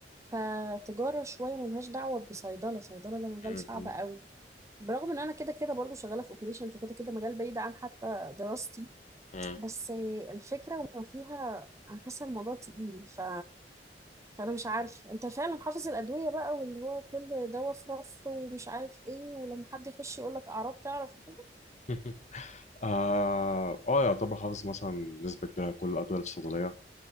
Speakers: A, on the right; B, on the left.
A: فتجاره شويه ملهاش دعوه بصيدله صيدله ده مجال
B: مم.
A: صعب قوي برغم ان انا كده كده برضو شغاله في اوبريشن فكده كده مجال بعيد عن حتى دراستي
B: مم. مم.
A: بس آه، الفكره وما فيها انا حاسه الموضوع تقيل ف فانا مش عارف انت فعلا حافظ الادويه بقى واللي هو كل دواء في رف ومش عارف ايه ولما حد يخش يقول لك اعراض تعرف كده
B: <laughs> اه آه، يعتبر حافظ مثلا نسبه كبيره كل الادويه الصيدليه